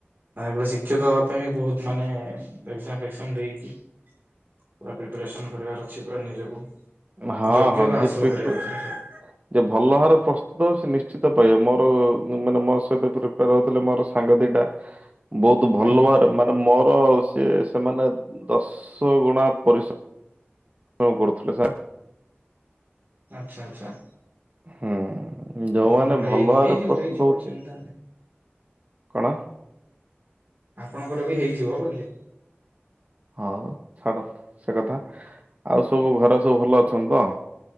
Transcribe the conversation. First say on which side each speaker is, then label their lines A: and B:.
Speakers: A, on the right; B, on the right.
A: ଗୋଟେ ଶିକ୍ଷକ ହବା ପାଇଁ ବି ବହୁତ ମାନେ ଏକ ଜାମ ଦେଇକି ପୁରା ପ୍ରିପାରେଶନ କରିବାର ଅଛି। ପୁରା ନିଜକୁ
B: ହଁ
A: ଯୋଗ୍ୟତା
B: ହଁ ଯେ
A: ହାସଲ
B: ପ୍ରିପ
A: କରିବାର
B: ଯେ ଭଲ ହାର ପ୍ରସ୍ତୁତ ହଉ ସେ ନିଶ୍ଚିତ ପାଇବେ ମୋର ମାନେ ମୋ ସହିତ ପ୍ରିପେୟାର ହେଉଥିଲେ ମୋର ସାଙ୍ଗ ଦି ଟା ଁ ବହୁତ ଭଲ
A: ହୁଁ ହୁଁ
B: ଭାବରେ ମାନେ ମୋର ସିଏ ସେମାନେ ଦଶ ଗୁଣା ପରି ହଁ କରୁଥିଲଥିଲେ ସାର୍
A: ଆଚ୍ଛା ଆଚ୍ଛା।
B: ହୁଁ, ଯଉମାନେ
A: ଆପଣଙ୍କର
B: ଭଲ
A: ହେଇନି
B: ଆରେ
A: ହେଇଯିବ
B: ପ୍ରସ୍ତୁତ
A: ହେଇଯିବ
B: ହଉଛି
A: ଚିନ୍ତା ନାହିଁ।
B: କଣ?
A: ଆପଣଙ୍କର ବି ହେଇଯିବ କହିଲି?
B: ହଁ ଛାଡ ସେ କଥା ଆଉ ସବୁ ଘରେ ସବୁ ଭଲ ଅଛନ୍ତି ତ?